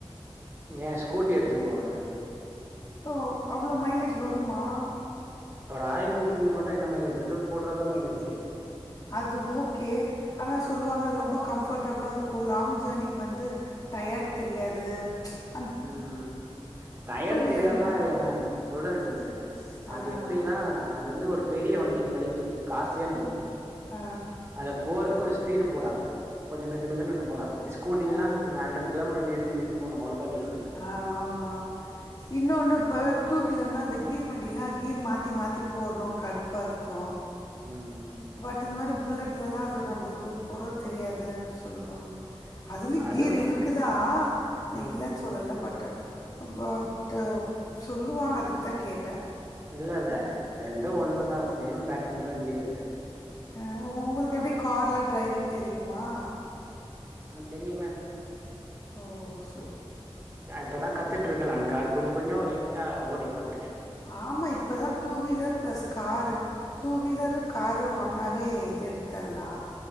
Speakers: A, on the right; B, on the left.
A: ஏ ஸ்கூட்டி எடுத்துட்டு போவே
B: ஓ அவ்ளோ மைலேஜ் வருமா
A: இப்போ ராயல் என்ஃபீல்டு மட்டு என்ன மைலஜ் பெட்ரோல் போட்றதா மைலேஜ்
B: அது ஓகே ஆனா சொல்லுவாங்க அது ரொம்ப கம்ஃபர்ட்டபுளா இருக்கு லாங் ஜேர்னிக்கு வந்து டயர்டு தெரியாது ச்
A: ம் டயர்டு
B: வீலர்னா
A: தெரியாதெல்லா இல்ல மேம் சொல்றத கேளுங்க
B: ஆ
A: அது எப்டின்னா அது வந்து ஒரு பெரிய வண்டி பைக்கு காஸ்ட்லியான வண்டி
B: ஆ
A: அத போறதுக்கு கொஞ்ச ஸ்பீடு போலா கொஞ்ச மெது மெதுனுறுக்கு போலா ஸ்கூட்டிலல்லா
B: ஆ
A: நீங்க ஹண்ரட் கிலோமீட்டர் நிறுத்தி போனும் அவ்ளோ தா டிஃப்ரண்ட்
B: ஆ ஆம்மா இன்னொன்னு இப்போ டூ வீலர்னா அந்த கீர் வண்டிலா கீர் மாத்தி மாத்தி போட்ணு கடுப்பாருக்கு
A: ம் ம்
B: பட் இந்த மாரி புல்லெட்லலா அது நம்மளுக்கு போட தெரியாதுன்னு சொல்லுவாங்க அதுலய்
A: அது
B: கீர் இருக்குதா நா
A: ம்
B: இல்லன்னு சொ சொல்லல பட்டு் பட்டு சொல்லுவாங்க அதுக்கு தா கேட்டே
A: இல்லல்ல ரெண்டு ஒண்ணுதா சேம் பேட்டன் தா கீரு
B: ஆ ஒங்களுக்கு எப்டி கார்லா ட்ரைவிங் தெரியுமா
A: ஆ தெரியுமே
B: ஓ சு
A: அ இப்ப தா கத்துட்ருக்கே நான் கார் கொஞ்ச கொஞ்ச லைட்டா ஓட்டி பாத்துருக்கே
B: ஆமா இப்பதா two wheeler plus car two wheeler car ஒண்ணாவே இது எடுத்தல்லா